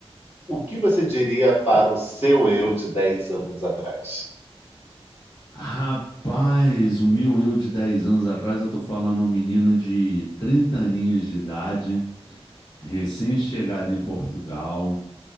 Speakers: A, on the left (about 70°); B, on the left (about 40°).
A: o que você diria para o seu eu de 10 anos atrás?
B: Rapaz, o meu eu de 10 anos atrás, eu tô falando um menino de 30 aninhos de idade, recém-chegado em Portugal,